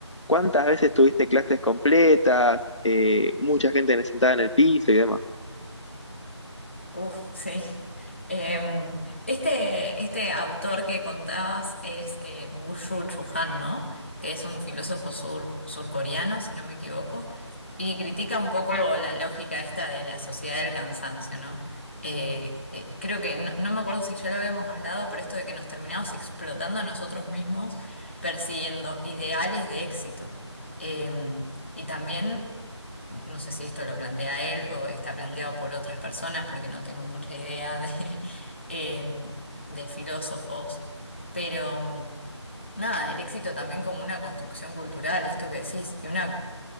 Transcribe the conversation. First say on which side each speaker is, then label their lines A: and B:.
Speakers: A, on the left; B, on the left.
A: ¿Cuántas veces tuviste clases completas? Eh, mucha gente sentada en el piso y demás.
B: Uf, sí. Em, este, este autor que contabas es eh, Byung-Chul Han, ¿no? Que es un filósofo sur, surcoreano, si no me equivoco, y critica un poco la lógica esta de la sociedad del cansancio, ¿no? Eh, eh, creo que, no, no me acuerdo si ya lo habíamos hablado, pero esto de que nos terminamos explotando a nosotros mismos persiguiendo ideales de éxito. Em, y también no sé si esto lo plantea él o está planteado por otras personas, porque no tengo mucha idea de, <laughs> eh, de filósofos, pero mm, nada, el éxito también como una construcción cultural, esto que decís, y una,